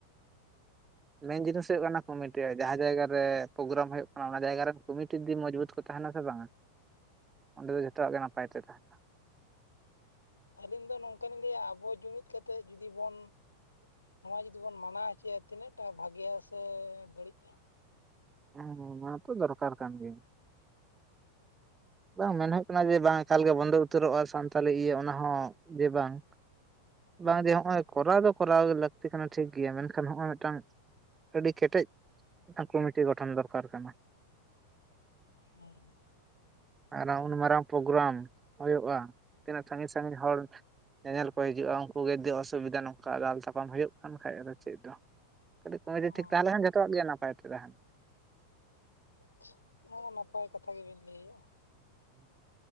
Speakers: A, on the right (about 15°); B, on the left (about 80°).
A: ᱢᱮᱱ ᱡᱤᱱᱤᱥ ᱦᱩᱭᱩᱜ ᱠᱟᱱᱟ᱾ ᱠᱚᱢᱤᱴᱤᱟᱜ ᱡᱟᱦᱟᱸ ᱡᱟᱭᱜᱟ ᱨᱮᱻ ᱯᱨᱳᱜᱨᱟᱢ ᱦᱩᱭᱩᱜ ᱠᱟᱱᱟ ᱚᱱᱟ ᱡᱟᱭᱜᱟ ᱨᱮᱱ ᱠᱚᱢᱤᱴᱤ ᱡᱩᱫᱤ ᱢᱚᱡᱽᱵᱩᱛ ᱠᱚ ᱛᱟᱦᱮᱱᱟ ᱥᱮ ᱵᱟᱝᱟ ᱚᱸᱰᱮ ᱫᱚ ᱡᱚᱛᱚᱣᱟᱜ ᱜᱮ ᱱᱟᱯᱟᱭ ᱛᱮ ᱛᱟᱦᱮᱱᱟ᱾
B: ᱟᱹᱞᱤᱧ ᱫᱚ ᱱᱚᱝᱠᱟ ᱞᱤᱧ ᱞᱟᱹᱭᱟ ᱟᱵᱚ ᱡᱩᱢᱤᱫ ᱠᱟᱛᱮᱜ ᱡᱩᱫᱤ ᱵᱚᱱᱻ ᱱᱚᱣᱟ ᱡᱩᱫᱤ ᱵᱚᱱ ᱢᱟᱱᱟᱣ ᱦᱚᱪᱚᱭᱟ ᱛᱤᱱᱟᱹᱜ ᱴᱟ ᱵᱷᱟᱹᱜᱮᱭᱟ ᱥᱮ ᱵᱟᱹᱲᱤᱡᱼᱟ?
A: ᱦᱮᱸᱻ ᱚᱱᱟ ᱛᱚ ᱫᱚᱨᱠᱟᱨ ᱠᱟᱱ ᱜᱮᱭᱟ᱾ ᱵᱟᱝ ᱢᱮᱱ ᱦᱩᱭᱩᱜ ᱠᱟᱱᱟ ᱡᱮ ᱵᱟᱝ ᱮᱠᱟᱞᱜᱮ ᱵᱚᱱᱫᱚ ᱩᱛᱟᱹᱨᱚᱜᱼᱟ ᱥᱟᱱᱛᱟᱞᱤ ᱤᱭᱟᱹ ᱚᱱᱟ ᱦᱚᱸ ᱡᱮ ᱵᱟᱝ
B: ᱦᱩᱸ
A: ᱵᱟᱝ ᱫᱮ ᱱᱚᱜᱼᱚᱭ ᱠᱚᱨᱟᱣ ᱫᱚ ᱠᱚᱨᱟᱣ ᱜᱮ ᱞᱟᱹᱠᱛᱤ ᱠᱟᱱᱟ ᱴᱷᱤᱠ ᱜᱮᱭᱟ ᱢᱮᱱᱠᱷᱟᱱ ᱱᱚᱜᱼᱚᱭ ᱢᱤᱫᱴᱟᱱ ᱟᱹᱰᱤ ᱠᱮᱴᱮᱡ ᱠᱚᱢᱤᱴᱤ ᱜᱚᱴᱷᱚᱱ ᱫᱚᱨᱠᱟᱨ ᱠᱟᱱᱟ᱾
B: ᱦᱮᱸ
A: ᱟᱨ ᱩᱱ ᱢᱟᱨᱟᱝ ᱯᱨᱳᱜᱨᱟᱢ ᱦᱩᱭᱩᱜᱼᱟ ᱛᱤᱱᱟᱹᱜ ᱥᱟᱺᱜᱤᱧ ᱥᱟᱺᱜᱤᱧ ᱦᱚᱲ ᱧᱮᱧᱮᱞ ᱠᱚ ᱦᱤᱡᱩᱜᱼᱟ ᱩᱱᱠᱩ ᱜᱮ ᱡᱩᱫᱤ ᱚᱥᱩᱵᱤᱫᱟ ᱱᱚᱝᱠᱟ ᱫᱟᱞ ᱛᱟᱯᱟᱢ ᱦᱩᱭᱩᱜ ᱠᱟᱱ ᱠᱷᱟᱡ ᱫᱚ ᱪᱮᱫ ᱫᱚ᱾ ᱠᱟᱹᱴᱤᱡ ᱠᱚᱢᱫᱤ
B: ᱦᱚᱸ
A: ᱴᱷᱤᱠ ᱛᱟᱦᱮᱞᱮᱱ ᱠᱷᱟᱱ ᱡᱚᱛᱚᱣᱟᱜ ᱜᱮ ᱱᱟᱯᱟᱭ ᱛᱮ ᱛᱟᱦᱮᱱ
B: ᱟᱪ ᱱᱚᱣᱟ ᱱᱟᱯᱟᱭ ᱠᱟᱛᱷᱟ ᱜᱮᱵᱤᱱ ᱞᱟᱹᱭᱮᱜᱼᱟ᱾
A: ᱦᱩᱸ